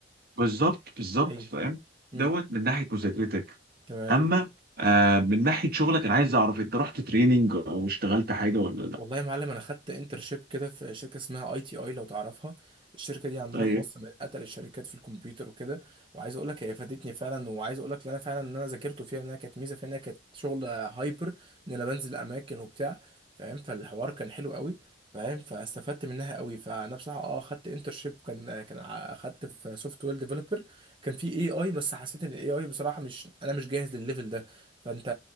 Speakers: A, on the right (about 55°); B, on the right (about 30°).
A: بالظبط بالظبط
B: ايوه
A: فاهم
B: مم.
A: دوت من ناحيه مذاكرتك
B: تمام
A: اما آه من ناحيه شغلك انا عايز اعرف انت رحت تريننج او اشتغلت حاجه ولا
B: والله يا معلم انا خدت انترشيب كده في شركه اسمها اي تي اي لو تعرفها الشركه دي عندنا
A: لا
B: في مصر من اتقل الشركات في الكمبيوتر وكده وعايز اقول لك هي فادتني فعلا وعايز اقول لك ان انا فعلا ان انا ذاكرته فيها انها كانت ميزه فيها انها كانت شغل هايبر ان انا بنزل اماكن وبتاع فاهم فالحوار كان حلو قوي فاهم فاستفدت منها قوي فانا بصراحه اه خدت انترشيب كان كان ع- خدت في سوفت وير ديفلوبر كان في اي اي بس حسيت ان الاي اي بصراحه مش انا مش جاهز للليفل ده فانت